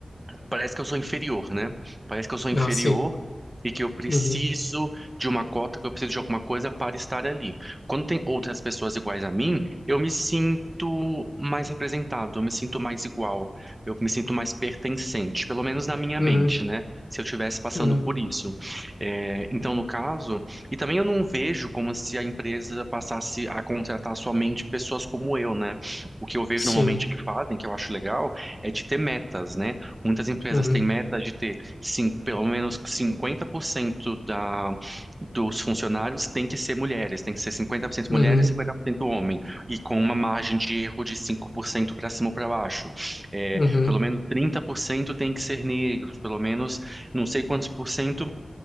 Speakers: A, on the right; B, on the left.
A: parece que eu sou inferior, né? Parece que eu sou inferior
B: Ah, sim.
A: e que eu preciso
B: Uhum.
A: de uma cota, que eu preciso de alguma coisa para estar ali. Quando tem outras pessoas iguais a mim, eu me sinto mais representado, eu me sinto mais igual, eu me sinto mais pertencente, pelo menos na minha
B: Uhum.
A: mente, né? Se eu estivesse passando
B: Uhum.
A: por isso. É, então, no caso, e também eu não vejo como se a empresa passasse a contratar somente pessoas como eu, né? O que eu vejo
B: Sim.
A: normalmente que fazem, que eu acho legal, é de ter metas, né? Muitas empresas
B: Uhum.
A: têm metas de ter sim, pelo menos 50% da, dos funcionários tem que ser mulheres, tem que ser 50%
B: Uhum.
A: mulheres e 50% homem, e com uma margem de erro de 5% para cima ou para baixo. É,
B: Uhum.
A: pelo menos 30% tem que ser negros, pelo menos não sei quantos por cento